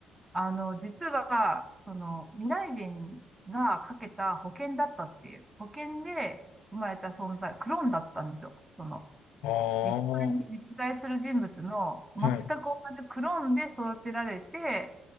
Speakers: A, on the right (about 20°); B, on the left (about 75°).
A: あの、実は、その、未来人がかけた保険だったっていう、保険で生まれた存在、クローンだったんですよ。その、
B: ああ。
A: 実際に実在する人物の全く同じクローンで育てられて、
B: はい。